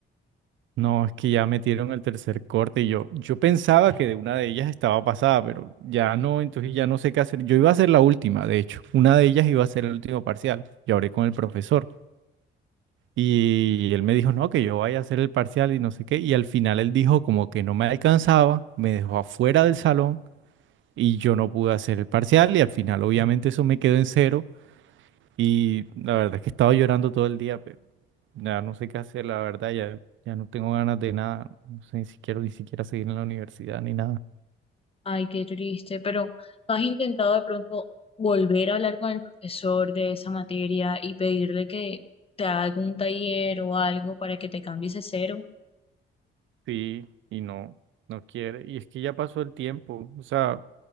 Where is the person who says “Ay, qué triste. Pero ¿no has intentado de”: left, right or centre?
Left